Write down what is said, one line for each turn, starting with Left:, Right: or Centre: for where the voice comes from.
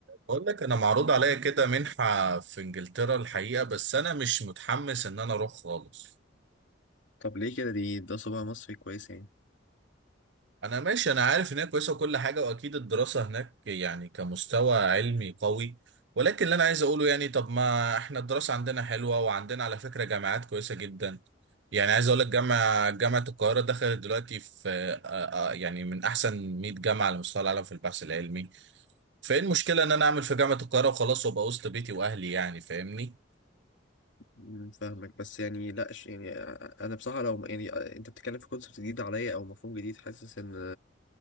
Right: بقول لك انا معروض عليا كده منحة في انجلترا الحقيقة بس انا مش متحمس ان انا اروح خالص
Left: طب ليه كده دي ده صباع مصري كويس يعني
Right: انا ماشي انا عارف ان هي كويسة وكل حاجة واكيد الدراسة هناك يعني كمستوى علمي قوي ولكن اللي انا عايز اقوله يعني طب ما احنا الدراسة عندنا حلوة وعندنا على فكرة جامعات كويسة جدا يعني عايز اقول لك جامعة جامعة القاهرة دخلت دلوقتي في آه، آه، آه، يعني من احسن 100 جامعة على مستوى العالم في البحث العلمي فايه المشكلة ان انا اعمل في جامعة القاهرة وخلاص وابقى وسط بيتي واهلي يعني فاهمني
Left: مم، فاهمك بس يعني لا ش- يعني انا بصراحه لو يعني انت بتتكلم في كونسبت جديد عليا او مفهوم جديد حاسس ان